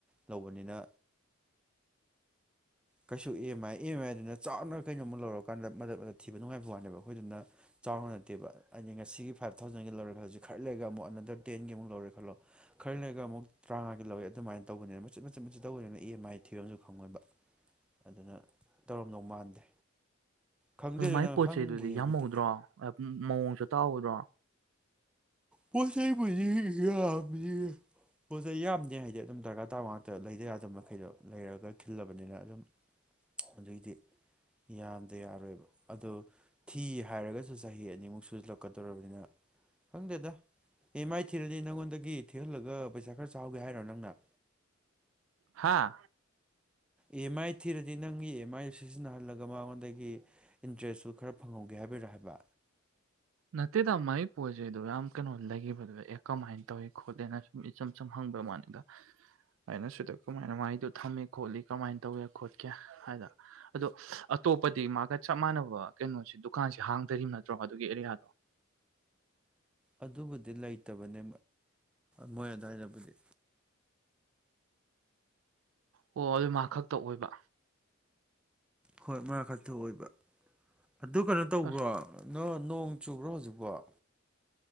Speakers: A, in the centre; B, on the right.
A: ꯂꯧꯕꯅꯤꯅ ꯀꯩꯁꯨ E M I E M ꯑꯥꯏꯗꯨꯅ ꯆꯥꯎꯅ ꯀꯩꯅꯣ ꯑꯃꯨꯛ ꯂꯧꯔꯀꯥꯟꯗ ꯃ ꯊꯤꯕ ꯅꯨꯡꯉꯥꯏꯕ ꯋꯥꯅꯦꯕ ꯑꯩꯈꯣꯏꯗꯨꯅ ꯆꯥꯎꯅ ꯅꯠꯇꯦꯕ ꯍꯥꯏꯗꯤ ꯉꯁꯤꯒꯤ ꯐꯥꯏꯚ ꯊꯥꯎꯖꯟꯒꯤ ꯂꯧꯔꯦ ꯈꯜꯂꯁꯤꯦ ꯈꯔ ꯂꯩꯔꯒ ꯑꯃꯨꯛ ꯑꯅꯟꯗꯔ ꯇꯦꯟꯒꯤ ꯑꯃꯨꯛ ꯂꯧꯔꯦ ꯈꯜꯂꯣꯔ ꯂꯩꯔꯒ ꯑꯃꯨꯛ ꯇꯔꯥꯃꯉꯥꯒꯤ ꯂꯧꯋꯦ ꯑꯗꯨꯃꯥꯏꯅ ꯇꯧꯕꯅꯤꯅ ꯃꯆꯠꯆꯦꯠ ꯃꯆꯦꯠ ꯇꯧꯕꯅꯤꯅ ꯏ ꯑꯦꯝ ꯑꯥꯏ ꯊꯤꯕ ꯑꯃꯁꯨ ꯈꯪꯉꯣꯏꯕ ꯑꯗꯨꯅ ꯇꯧꯔꯝꯗꯧ ꯃꯥꯟꯗꯦ ꯈꯪꯗꯦ
B: ꯑꯗꯨꯃꯥꯏꯅ
A: ꯑꯗꯨ ꯅꯪ
B: ꯄꯣꯠ
A: ꯍꯪꯒꯦ
B: ꯆꯩꯗꯨꯗꯤ
A: ꯍꯥꯏꯕꯗꯤ
B: ꯌꯥꯝꯍꯧꯗ꯭ꯔꯣ ꯃꯑꯣꯡ ꯆ ꯇꯥꯎꯗ꯭ꯔꯣ
A: ꯄꯣꯠ ꯆꯩꯩꯕꯨꯗꯤ ꯌꯥꯝꯗꯤ ꯄꯣꯠꯆꯩ ꯌꯥꯝꯗꯦ ꯍꯥꯏꯗꯤ ꯑꯗꯨꯝ ꯗꯔꯀꯥꯔ ꯇꯥꯕ ꯉꯥꯛꯇ ꯂꯩꯗ ꯌꯥꯗꯕ ꯃꯈꯩꯗꯣ ꯂꯩꯔꯒ ꯈꯤꯜꯂꯕꯅꯤꯅ ꯑꯗꯨꯝ ꯑꯗꯨꯏꯗꯤ ꯌꯥꯝꯗ ꯌꯥꯔꯣꯏꯕ ꯑꯣ ꯊꯤ ꯍꯥꯏꯔꯒꯁꯨ ꯆꯍꯤ ꯑꯅꯤꯃꯨꯛ ꯁꯨꯖꯜꯂꯛꯀꯗꯧꯔꯕꯅꯤꯅ ꯈꯪꯗꯦꯗ ꯑꯦ ꯑꯦꯝ ꯑꯥꯏ ꯊꯤꯔꯗꯤ ꯅꯪꯉꯣꯟꯗꯒꯤ ꯊꯤꯍꯜꯂꯒ ꯄꯩꯁꯥ ꯈꯔ ꯆꯥꯎꯍꯒꯦ ꯍꯥꯏꯔꯣ ꯅꯪꯅ
B: ꯍꯥꯥ
A: ꯏ ꯑꯦꯝ ꯑꯥꯏ ꯊꯤꯔꯗꯤ ꯅꯪꯒꯤ ꯏ ꯑꯦꯝ ꯑꯥꯏꯗꯨ ꯁꯤꯖꯤꯟꯅꯍꯜꯂꯒ ꯃꯉꯣꯟꯗꯒꯤ ꯏꯟꯇꯔꯦꯁꯁꯨ ꯈꯔ ꯐꯪꯍꯧꯒꯦ ꯍꯥꯏꯕꯔꯥ ꯍꯥꯏꯕ
B: ꯅꯠꯇꯦꯗ ꯃꯥꯒꯤ ꯄꯣꯠ ꯆꯩꯩꯗꯣ ꯌꯥꯝ ꯀꯩꯅꯣ ꯂꯩꯈꯤꯕꯗꯨ ꯑꯦ ꯀꯃꯥꯏꯅ ꯇꯧꯏ ꯈꯣꯠꯂꯦꯅ ꯁꯨꯝ ꯏꯆꯝ ꯆꯝ ꯍꯪꯕꯩ ꯃꯥꯟꯅꯤꯗ ꯑꯩꯅ ꯁꯤꯗ ꯀꯃꯥꯏꯅ ꯃꯒꯤꯗꯣ ꯊꯝꯃꯤ ꯈꯣꯠꯂꯤ ꯀꯃꯥꯏꯅ ꯇꯧꯒꯦ ꯈꯣꯠꯀꯦ ꯍꯥꯏꯗ ꯑꯗꯣ ꯑꯇꯣꯞꯄꯗꯤ ꯃꯥꯒ ꯆꯞ ꯃꯥꯟꯅꯕ ꯀꯩꯅꯣꯁꯤ ꯗꯨꯀꯥꯟꯁꯤ ꯍꯥꯡꯗ꯭ꯔꯤꯕ ꯅꯠꯇ꯭ꯔꯣ ꯑꯗꯨꯒꯤ ꯑꯦꯔꯤꯌꯥꯗ
A: ꯑꯗꯨꯕꯨꯗꯤ ꯂꯩꯇꯕꯅꯦ ꯃꯣꯏ ꯑꯗꯨꯋꯥꯏꯗꯕꯨꯗꯤ
B: ꯑꯣ ꯑꯗꯨ ꯃꯥ ꯈꯛꯇ ꯑꯣꯏꯕ
A: ꯍꯣꯏ ꯃꯔ ꯈꯛꯇ ꯑꯣꯏꯕ ꯑꯗꯨ ꯀꯩꯅꯣ ꯇꯧꯕ꯭ꯔꯣ
B: ꯑꯁ
A: ꯅ ꯅꯣꯡ ꯆꯨꯕ꯭ꯔꯥ ꯍꯧꯖꯤꯛꯐꯥꯎ